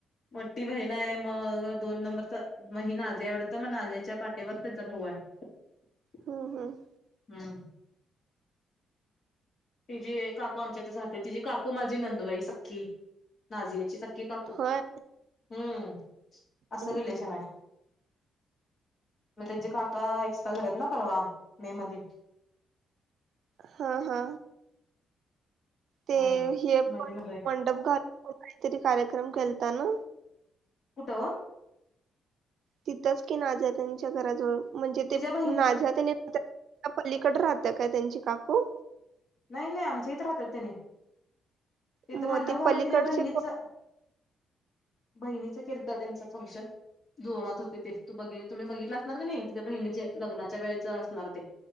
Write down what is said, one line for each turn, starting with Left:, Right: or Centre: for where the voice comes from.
Left: मो ती बहीण आहे मग दोन नंबर तर मग ही नाज्या आवडत मग नाज्याच्या पाटेवर त्याचा भाऊ आहे औऔओ
Right: हम् हम
Left: ह् तजे काकू आमच्यात राहत ति काकू मा ी नंदुबाई सखी नाझियाची स की काकू
Right: होय
Left: हम्म असं
Right: हम्म.
Left: रिलेशन आहे मग त्यांचे काका एक्सपायर झालेत ना परवा मे मध्ये
Right: हा हा ते
Left: हा
Right: हे प
Left: माझी नंदू आहे
Right: मंडप घालूनण काहीतरी कार्यक्रम केलत ना
Left: कुठ ओ?
Right: तिथंच की नाझिया त्यांच्या घराजवळ म्हणजे
Left: तिच्या
Right: ते
Left: बहीण
Right: नजिया त्यांनी त्या पलीकड राहत्या काय त्यांची काकू?
Left: नाही नाही आमच्या इथ राहतात त्यानी. तिथं
Right: मग
Left: मंडप
Right: ते
Left: घालून
Right: पलीकडचे
Left: तिच्या बहिणीच
Right: कोण
Left: बहिणीच केलता त्यांच फंक्शन जोरात होते ते तू बघित तुम्ही बघितलं असणार का नाही तुझ्या बहिणीचे लग्नाच्या वेळच असणार ते.